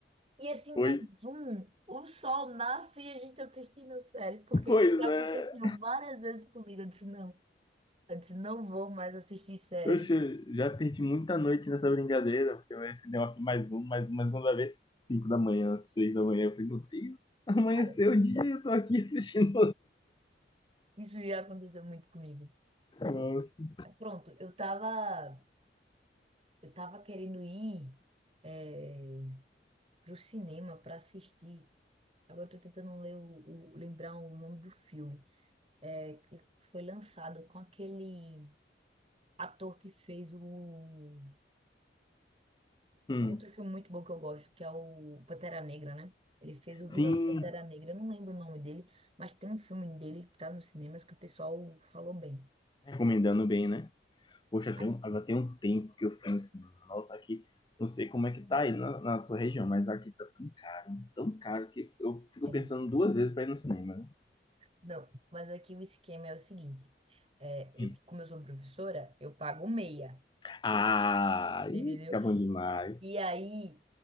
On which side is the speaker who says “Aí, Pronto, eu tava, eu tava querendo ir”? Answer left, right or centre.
Right